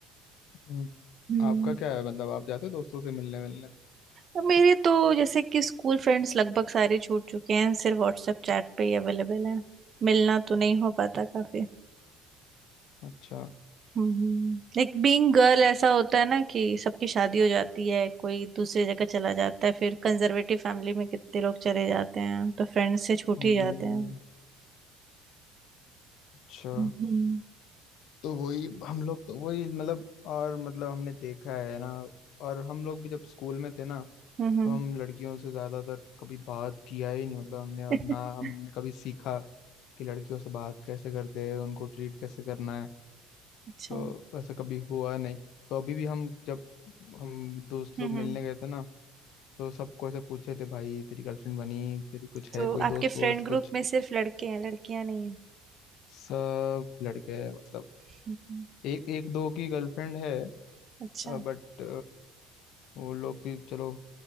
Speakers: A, on the left; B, on the right.
A: हम्म,
B: हम्म
A: आपका क्या है मतलब आप जाते हो दोस्तों से मिलने मिलने
B: अब मेरे तो जैसे कि स्कूल फ्रेंड्स लगभग सारे छूट चुके हैं सिर्फ व्हाट्सएप चैट पे ही अवेलेबल हैं मिलना तो नहीं हो पाता काफी
A: अच्छा
B: हम्म लाइक बीइंग गर्ल ऐसा होता है ना कि सबकी शादी हो जाती है कोई दूसरी जगह चला जाता है फिर कंजर्वेटिव फैमिली में कितने लोग चले जाते हैं तो फ्रेंड्स से छूट
A: हम्म
B: ही जाते हैं
A: अच्छा
B: हम्म
A: तो वही हम लोग तो वही मतलब और मतलब हमने देखा है ना और हम लोग भी जब स्कूल में थे ना
B: हम्म
A: तो हम लड़कियों से ज्यादातर कभी बात किया ही नहीं मतलब हमने और
B: <laughs>
A: ना हमने कभी सीखा कि लड़कियों से बात कैसे करते हैं उनको ट्रीट कैसे करना है
B: अच्छा
A: तो
B: हम्म
A: वैसा कभी हुआ नहीं तो अभी भी हम जब हम दोस्त
B: हम्म।
A: लोग मिलने गए थे ना तो सबको ऐसे पूछे थे भाई तेरी गर्लफ्रेंड बनी तेरी कुछ
B: तो
A: है कोई
B: आपके
A: दोस्त
B: फ्रेंड
A: वोस्त
B: ग्रुप
A: कुछ
B: में सिर्फ लड़के हैं लड़कियां नहीं हैं
A: सब लड़के मतलब
B: हम्म,
A: एक एक दो की गर्लफ्रेंड है
B: अच्छा
A: बट वो लोग भी चलो